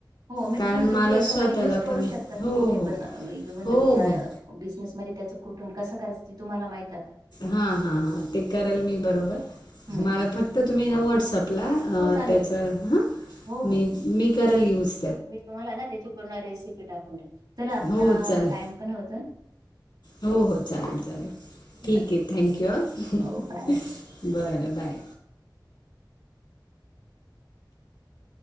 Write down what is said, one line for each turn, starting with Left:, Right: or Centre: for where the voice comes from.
Right: हो म्हणजे
Left: कारण
Right: तुम्ही तुमच्या
Left: मला
Right: याच्यामध्ये
Left: स्वतःला
Right: युज करू
Left: पण
Right: शकता
Left: हो
Right: कुठे पण
Left: हो
Right: तुमच्या
Left: हो हो
Right: बिझनेसमध्ये त्या कुठून कस करायचं तुम्हाला माहिती
Left: हा हा हा ते करेल मी बरोबर
Right: हम्म.
Left: मला फक्त तुम्ही ना व्हॉटसअपला
Right: हो चालेल.
Left: त्याच ह
Right: हो
Left: मी
Right: हो.
Left: मी कराल यऊज
Right: मी तुम्हाला ना त्याची पूर्ण रेसिपी टाकून दे चला आपला
Left: हो चालेल
Right: टाइम पण होत
Left: हो हो चालेल चालेल
Right: बाय
Left: ठीक आहे थँक यू
Right: हो बाय.
Left: ह बर बाय